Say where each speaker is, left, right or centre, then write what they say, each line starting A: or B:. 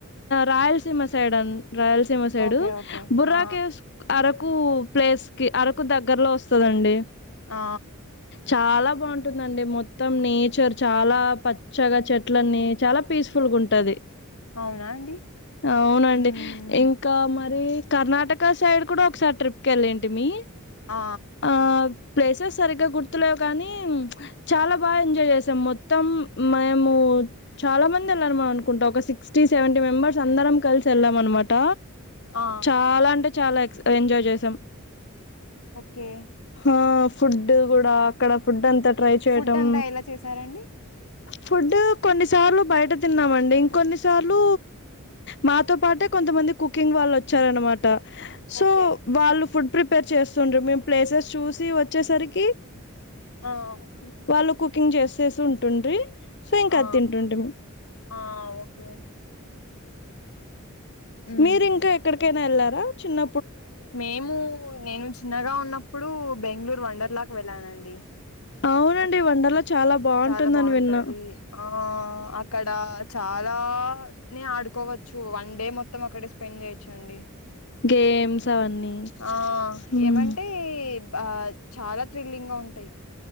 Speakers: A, on the left; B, on the left.
A: రాయలసీమ సైడ్ అం రాయలసీమ సైడు
B: ఓకే ఓకే
A: బుర్రాకేవ్స్
B: ఆ
A: అర అరకు ప్లేస్ కి అరకు దగ్గరలో వస్తుందండి
B: ఆ
A: చాలా బాగుంటుందండి మొత్తం నేచర్ చాలా పచ్చగా చెట్లన్నీ చాలా పీస్ఫుల్గా ఉంటది
B: అవునా అండి
A: అవునండి
B: ఉమ్
A: ఇంకా మరి కర్ణాటక సైడ్ కూడా ఒకసారి ట్రిప్కి వెళ్ళంటి మీ
B: ఆ
A: ఆ ప్లేసెస్ సరిగా గుర్తులే కానీ చాలా బాగా ఎంజాయ్ చేసాం మొత్తం మేము చాలా మంది వెళ్ళము అనుకుంటాం ఒక సిక్స్టీ సెవెంటీ మెంబర్స్ అందరం కలిసి వెళ్ళాం అనమాట
B: ఆ
A: చాలా అంటే చాలా ఎక్స్ ఎంజాయ్ చేసాం
B: ఓకే
A: ఆ ఫుడ్ గూడా అక్కడ ఫుడ్ అంతా ట్రై చేయటం
B: ఫుడ్ అంతా ఎలా చేసారండి
A: ఫుడ్ కొన్నిసార్లు బయట తిన్నామండి ఇంకొన్నిసార్లు మాతో పాటే కొంతమంది కుకింగ్ వాళ్ళు వచ్చారనమాట ట సో
B: ఓకే
A: వాళ్ళు ఫుడ్ ప్రిపేర్ చేస్తుండు మేము ప్లేసెస్ చూసి వచ్చేసరికి
B: ఆ ఓకే
A: వాళ్ళు కుకింగ్ చేసేసి ఉంటుండ్రి సో ఇంక
B: ఆ
A: అది తింటుంటిమి
B: ఆ ఓకే మ్మ్
A: మీరు ఇంకా ఎక్కడికైనా ఎళ్ళా గా చిన్న
B: మేము నేను చిన్నగా ఉన్నప్పుడు బెంగ్ళూరు వండర్లాకి వెళ్ళానండి
A: అవునండి
B: ఓకే
A: వండర్ లా చాలా బావుంటుందని
B: చాలా బాగుంటది
A: విన్న
B: ఆ అక్కడ చాల్ <unintelligible> నే ఆడుకోవచ్చు వన్ డే మొత్తం అక్కడే స్పెండ్ చేయొచ్చండి
A: గేమ్స్ అవన్నీ
B: ఆ
A: హ్మ్
B: ఏమంటే ఆ చాలా థ్రిల్లింగ్ గా ఉంటాయి